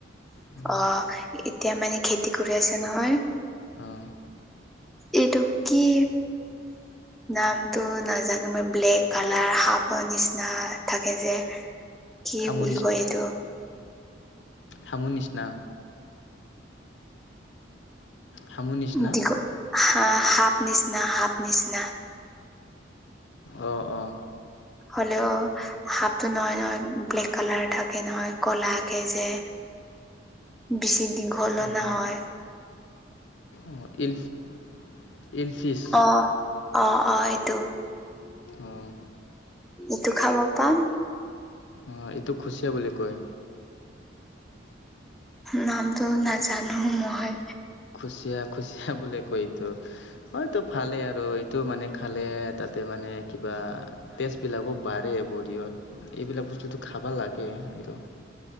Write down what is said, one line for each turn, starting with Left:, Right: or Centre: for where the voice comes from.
Left: উম,
Centre: অ' এতিয়া মানে খেতি কৰি আছে নহয়?
Left: অ'।
Centre: এইটো কি নামটো নাজানো। ব্লেক কালাৰ সাপৰ নিচিনা থাকে যে। কি
Left: হামু
Centre: বুলি কয় এইটো?
Left: হামোন নিচনা? হামু নিচিনা?
Centre: দিঘ সা-সাপ নিচিনা সাপ নিচিনা।
Left: অ', অ'।
Centre: হলেও সাপটো নহয় নহয় ব্লেক কালাৰ থাকে নহয় কলাকে যে।
Left: <inaudible>
Centre: বেছি দীঘলো
Left: অ',
Centre: নহয়।
Left: অ' ইল-ইলফিছ।
Centre: অ অ', অ' এইটো।
Left: অঁ
Centre: এইটো খাব পাম।
Left: অ' এইটোক খুচিয়া বুলি কয়।
Centre: নামটো নাজানো মই।
Left: খুচিয়া খুচিয়া বোলে কয়। এইটো হয়তো ভালেই আৰু এইটো মানে খালে তাতে মানে কিবা টেষ্টবিলাকো বাঢ়ে বডিয়ত, এইবিলাক বস্তুটো খাই খাবা লাগে এইটো।